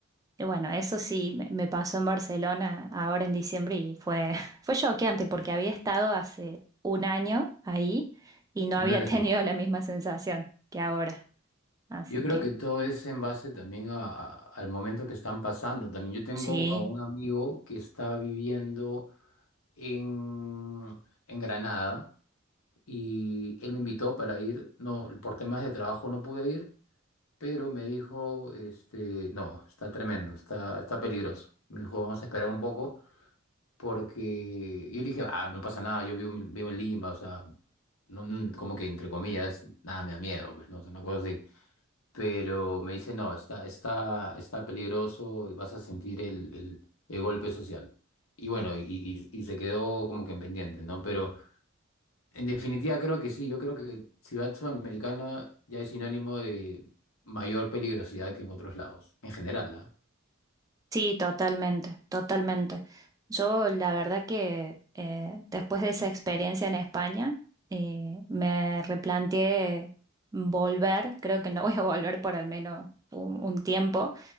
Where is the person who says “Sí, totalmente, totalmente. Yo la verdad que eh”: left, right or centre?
Right